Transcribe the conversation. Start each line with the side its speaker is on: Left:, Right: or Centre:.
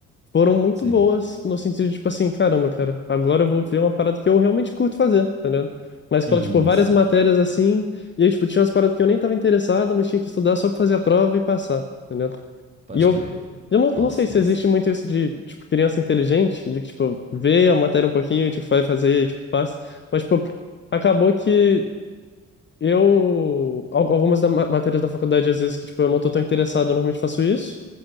Left: foram muito
Right: Sim.
Left: boas no sentido de, tipo assim, caramba, cara, agora eu vou ver uma parada que eu realmente curto fazer, tá ligado? Na escola,
Right: Isso.
Left: tipo, várias matérias
Right: Ah,
Left: assim, e aí, tipo, tinha umas paradas que eu nem tava interessado, mas tinha que estudar só pra fazer a prova e passar, tá ligado?
Right: pode
Left: E eu,
Right: crer.
Left: eu não, não
Right: Nossa,
Left: sei se
Right: massa.
Left: existe muito isso de, tipo, criança inteligente, de que, tipo, vê a matéria um pouquinho, e, tipo, vai fazer, e, tipo, passa, mas, tipo, acabou que eu, al- algumas da, ma- matérias da faculdade, às vezes, que, tipo, eu não tô tão interessado, eu normalmente faço isso.